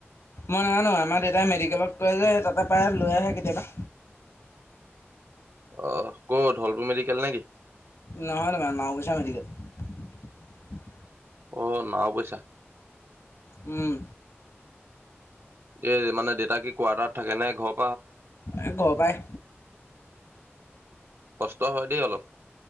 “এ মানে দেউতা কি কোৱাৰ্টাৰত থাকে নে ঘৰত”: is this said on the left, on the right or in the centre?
Right